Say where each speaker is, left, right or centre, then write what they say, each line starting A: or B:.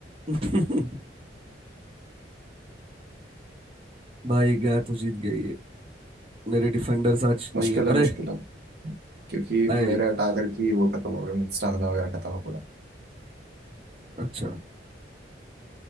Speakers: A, on the right; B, on the right.
A: हैं? <laughs> भाई गया तो जीत गया ये मेरे डिफेंडर्स आज
B: मुश्किल
A: नहीं है
B: है
A: अरे
B: मुश्किल है क्योंकि
A: आए
B: मेरे अटाकर की वो खत्म हो गया स्टामिना वगैरह खत्म हो पूरा
A: अच्छा